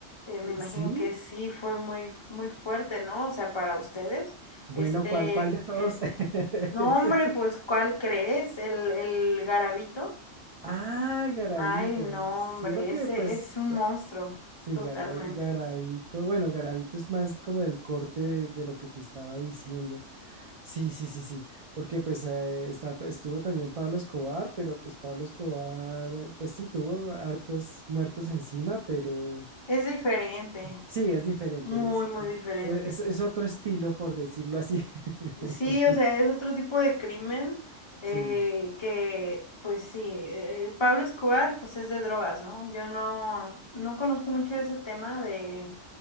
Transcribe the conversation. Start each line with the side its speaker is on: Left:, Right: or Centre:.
Left: Eh, me
Right: eh,
Left: imagino
Right: sí,
Left: que sí fue muy, muy fuerte, ¿no? O sea, para ustedes.
Right: Bueno,
Left: Este,
Right: ¿cuál, cuál de todos?
Left: eh,
Right: <laughs>
Left: no, hombre, pues, ¿cuál crees? El, el garabito.
Right: Ah, Garabito.
Left: Ay, no,
Right: Sí,
Left: hombre,
Right: porque
Left: ese
Right: pues,
Left: es un monstruo,
Right: sí,
Left: totalmente.
Right: Garabi- Garabito. Bueno, Garabito es más como del corte de, de lo que te estaba diciendo. Sí, sí, sí, sí. Porque pues eh, está, estuvo también Pablo Escobar, pero pues Pablo Escobar, pues sí, tuvo hartos muertos encima, pero
Left: Es diferente,
Right: sí, es diferente.
Left: muy,
Right: Es,
Left: muy diferente.
Right: e-, es, es otro estilo, por decirlo así. <laughs>
Left: Sí, o sea, es otro tipo de crimen
Right: Sí.
Left: eh, que, pues sí, eh, Pablo Escobar, pues es de drogas, ¿no? Yo no, no conozco mucho de ese tema de,